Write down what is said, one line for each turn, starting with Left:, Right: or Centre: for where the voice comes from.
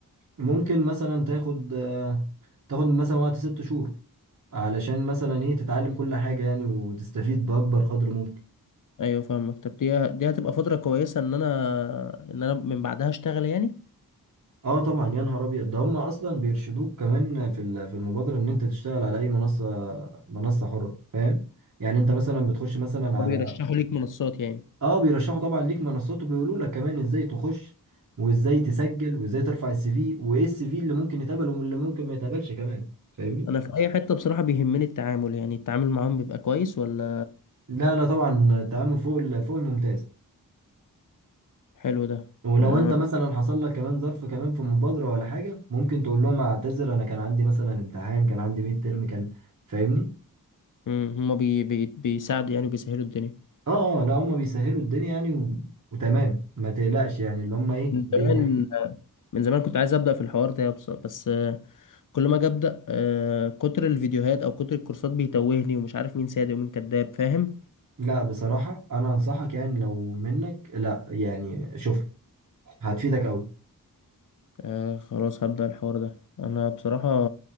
Right: ممكن مثلا تاخد آه، تاخد مثلا وقت ست شهور علشان مثلا إيه تتعلم كل حاجة يعني وتستفيد بأكبر قدر ممكن
Left: ايوه فاهمك طب دي دي هتبقى فترة كويسة ان انا ان انا من بعدها اشتغل يعني
Right: اه طبعا يا نهار ابيض ده هم اصلا بيرشدوك كمان في ال- في المبادره ان انت تشتغل على اي منصه منصه حره فاهم يعني انت مثلا بتخش مثلا
Left: وبيرشحوا
Right: على
Left: ليك منصات يعني
Right: اه بيرشحوا طبعا ليك منصات وبيقولوا لك كمان ازاي تخش وازاي تسجل وازاي ترفع السي في وايه السي في اللي ممكن يتقبل واللي ممكن ما يتقبلش كمان فاهمني
Left: انا في اي حتة بصراحة بيهمني التعامل يعني التعامل معاهم بيبقى كويس ولا
Right: لا لا طبعا التعامل فوق ال- فوق الممتاز
Left: حلو ده
Right: ولو
Left: آه،
Right: انت مثلا حصل لك كمان ظرف كمان في مبادرة ولا حاجة ممكن تقول لهم اعتذر انا كان عندي مثلا امتحان كان عندي ميد ترم كان فاهمني
Left: مم، هما بي بي بيساعدوا يعني وبيسهلوا الدنيا
Right: اه اه لا هم بيسهلوا الدنيا يعني و... وتمام ما تقلقش يعني اللي هم ايه
Left: من
Right: بيح...
Left: زمان من زمان كنت عايز ابدا في الحوار ده بس بس، آه، كل ما اجي ابدا آه، كتر الفيديوهات او كتر الكورسات بيتوهني ومش عارف مين صادق ومين كذاب فاهم
Right: لا بصراحة انا انصحك يعني لو منك لا يعني شوف هتفيدك قوي
Left: آه، خلاص هبدا الحوار ده انا بصراحه